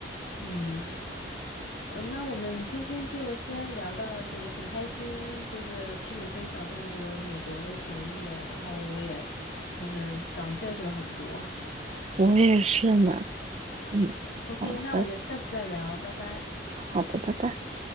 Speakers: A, on the left (about 85°); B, on the right (about 35°).
A: 嗯嗯，那我们今天就先聊到这里，很开心，就是听你分享这么多美国的学业，然后我也就是长见识了很多。
B: 我也是呢。嗯，
A: OK，
B: 好的，
A: 那我们下次再聊，拜拜。
B: 好的，拜拜。